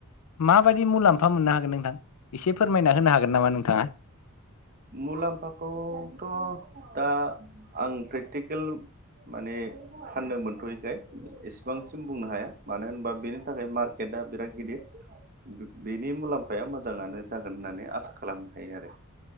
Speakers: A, on the left; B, on the right.
A: माबायदि मुलाम्फा मोननो हागोन नोंथां एसे फोरमायना होनो हागोन नामा नोंथांआ
B: मुलाम्फाखौथ' दा आं प्रेकटिकेल माने फाननो मोनथ'यैखाय एसेबांसिम बुंनो हाया मानो होनबा बेनि थाखाय मार्क गेटा बिराद गिदिर बेनि मुलाम्फाया मोजांआनो जागोन होननानै आसा‌ खालामो खालामनो आरो हायो